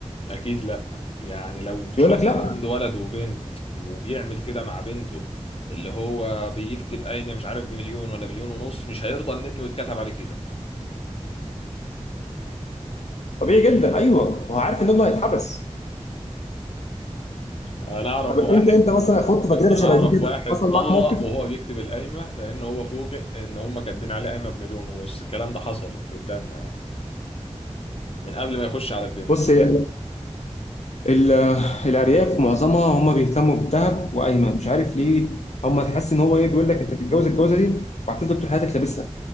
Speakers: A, on the left; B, on the left.
A: أكيد لأ يعني لو شخص
B: يقول لك لا
A: عنده ولد وبنت وبيعمل كده مع بنته اللي هو بيكتب قايمة مش عارف بمليون ولا مليون ونص مش هيرضى إن ابنه يتكتب عليه كده
B: طبيعي جدا ايوه ما هو عارف ان ابنه هيتحبس
A: انا اعرف
B: طب
A: واحد
B: انت انت مثلا خدت تجربه
A: انا
B: شبه
A: اعرف
B: دي كده
A: واحد
B: حصل
A: طلق
B: معاك موقف
A: وهو بيكتب القايمه لان هو فوجئ ان هم كاتبين عليه قايمه بمليون ونص الكلام ده حصل قدامنا يعني من قبل ما يخش على البنت
B: بص هي ال- الأرياف معظمها هم بيهتموا بالذهب وقايمة مش عارف ليه هم تحس إن هو إيه بيقول لك أنت تتجوز الجوازة دي وهتفضل طول حياتك لابسها